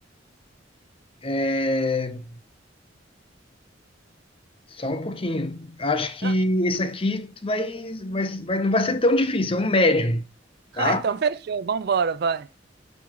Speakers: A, on the left; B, on the right.
A: é, só um pouquinho. Acho que
B: <laughs>
A: esse aqui tu vai, vai, vai- não vai ser tão difícil, é um médio, tá?
B: Ah, então fechou, vambora, vai.